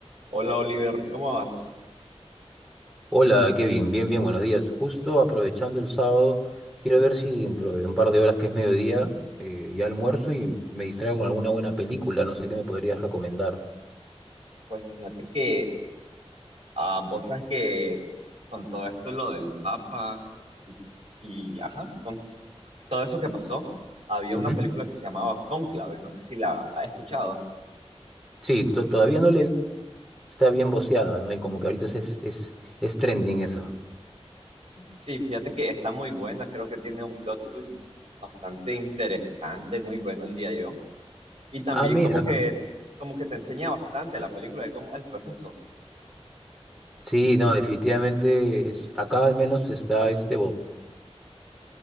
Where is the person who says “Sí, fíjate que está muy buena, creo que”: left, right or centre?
Right